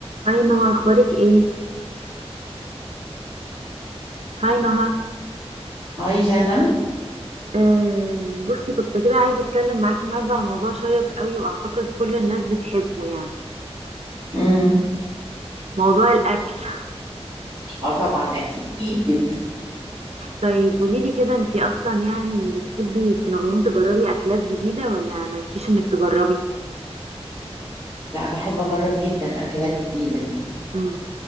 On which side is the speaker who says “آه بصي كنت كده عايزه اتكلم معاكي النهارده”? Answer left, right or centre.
Right